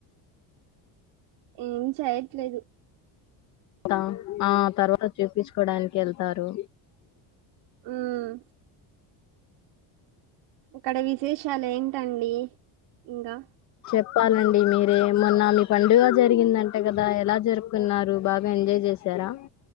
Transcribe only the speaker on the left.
ఆ ఆ తర్వాత చెప్పించుకోవడానికి ఏళ్తారు
చెప్పాలండి మీరే మొన్న మీ పండుగ జరిగిందంట కదా ఎలా జరుపుకున్నారు బాగా ఎంజాయ్ చేశారా